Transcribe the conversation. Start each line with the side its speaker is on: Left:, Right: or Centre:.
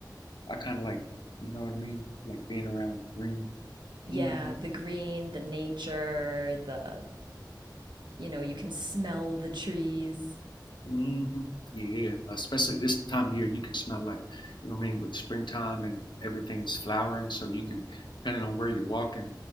Left: I kind of like, you know what I mean? Like being around green.
Right: Yeah,
Left: hmm
Right: the green, the nature, the, you know, you can smell the trees.
Left: hmm Yeah, especially this time of year, you can smell like, you know what I mean, with springtime and everything's flowering. So you can, depending on where you're walking,